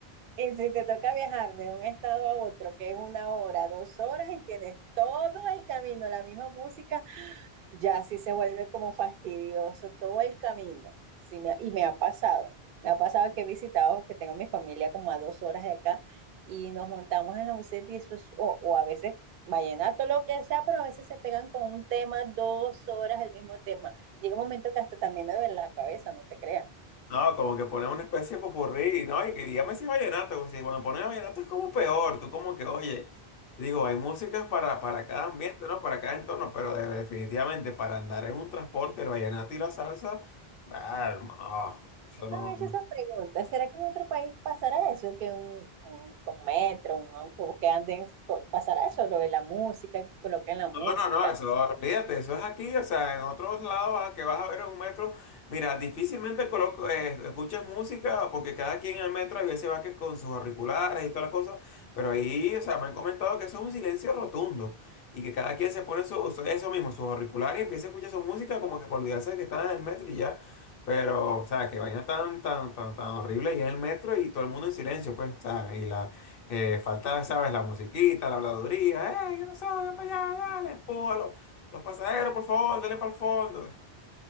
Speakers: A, on the right; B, on the left.
A: Y si te toca viajar de un estado a otro, que es una hora, dos horas, y tienes todo el camino, la misma música, ya sí se vuelve como fastidioso todo el camino. Sí, me- y me ha pasado, me ha pasado que he visitado, que tengo mi familia como a dos horas de acá y nos montamos en la buseta y eso es, o, o a veces vallenato, lo que sea, pero a veces se pegan con un tema dos horas el mismo tema. Llega un momento que hasta también me duele la cabeza, no te creas.
B: No, como que ponen una especie de popurrí, ¿no? Y que dígame si es vallenato, porque si cuando ponen vallenato es como peor, tú como que, oye, digo, hay músicas para, para cada ambiente, ¿no? Para cada entorno, pero de- definitivamente para andar en un transporte, el vallenato y la salsa, ah, hermano, oh, eso
A: Siempre
B: no.
A: me he
B: no
A: hecho esa pregunta, ¿será que en otro país pasará eso? Que un, un, un metro, un autobús que anden, pasará eso, lo de la música, que coloquen la música.
B: No, no, no, eso, olvídate, eso es aquí, o sea, en otros lados a que vas a ver en un metro, mira, difícilmente coloco, eh, escuchas música porque cada quien en el metro a veces va que con sus auriculares y toda la cosa, pero ahí, o sea, me han comentado que eso es un silencio rotundo y que cada quien se pone su, su- eso mismo, sus auriculares y empieza a escuchar su música como que para olvidarse de que están en el metro y ya, pero, o sea, que vaina tan, tan, tan, tan horrible y en el metro y todo el mundo en silencio, pues, o sea, y la eh, falta, ¿sabes? La musiquita, la habladuría. ¡Eh, qué pasó! ¡Ven para allá! ¡Dale! ¡Empújalo! Los pasajeros, por favor, denle para el fondo.